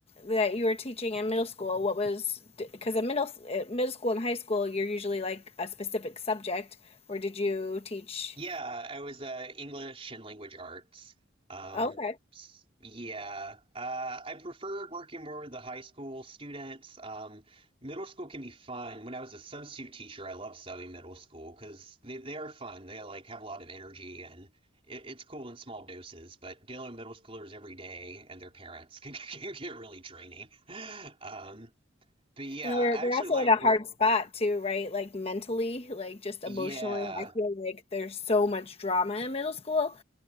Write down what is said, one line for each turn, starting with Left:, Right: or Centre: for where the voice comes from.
Left: that you were teaching in middle school? What was because in middle uh, middle school and high school, you're usually like a specific subject, or did you teach?
Right: Yeah, I was uh, English and language arts. Um,
Left: Oh, Okay,
Right: s- yeah, uh, I preferred working more with the high school students. Um, middle school can be fun. When I was a substitute teacher, I loved subbing middle school because they, they are fun. They like have a lot of energy and it, it's cool in small doses. But dealing with middle schoolers every day and their parents <laughs> can, can get really draining. <laughs> Um, but yeah,
Left: and they're
Right: I
Left: they're
Right: actually
Left: also
Right: like
Left: in a hard
Right: work.
Left: spot too, right? Like mentally, like just
Right: Yeah,
Left: emotionally. I feel like there's so much drama in middle school